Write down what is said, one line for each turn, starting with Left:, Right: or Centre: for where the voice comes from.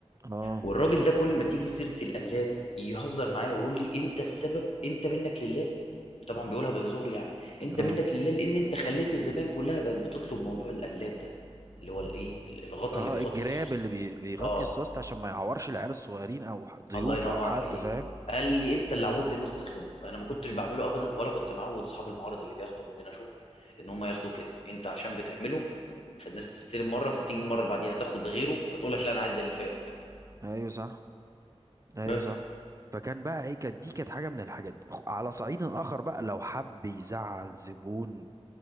Right: اه
Left: والراجل ده كل ما تيجي سيره القلاب يهزر معايا ويقول لي انت السبب انت منك لله طبعا بيقولها بهزار يعني انت
Right: اه
Left: منك لله لان انت خليت الزبائن كلها بقت بتطلب موضوع القلاب ده اللي هو الايه الغطا
Right: اه
Left: اللي بيغطي
Right: الجراب
Left: السوس
Right: اللي,
Left: ده
Right: بي... اللي بيغطي
Left: اه
Right: السوست عشان ما يعورش العيال الصغيرين او ح- ضيوف
Left: الله ينور
Right: او حد
Left: عليك
Right: فاهم
Left: قال لي انت اللي عودت الناس تطلبه انا ما كنتش بعمله ابدا ولا كنت معود اصحاب المعارض اللي بياخدوا مننا شغل ان هم ياخدوه كده انت عشان بتعمله فالناس تستلم مره فتيجي
Right: مم.
Left: المره اللي بعديها تاخد غيره فتقول لك لا انا عايز زي اللي فات
Right: ايوه صح ايوه
Left: بس
Right: صح فكان بقى ايه كانت دي كانت حاجه من الحاجات على صعيد اخر بقى لو حب يزعل زبون